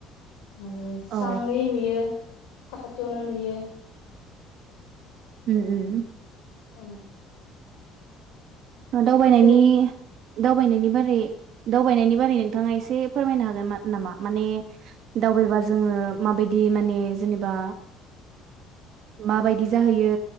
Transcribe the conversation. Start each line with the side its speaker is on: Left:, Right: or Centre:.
Left: माने स्राङै
Right: औ
Left: नुयो साखाथियावनो नुयो
Right: उम उम
Left: उम
Right: दावबायनायनि
Left: जोंनिथि
Right: दावबायनायनि बारै दावबायनायनि बारै नोंथाङा एसे फोरमायनो हागोन नामा? माने दावबायबा जोङो माबायदि माने जेनेबा माबायदि जाहैयो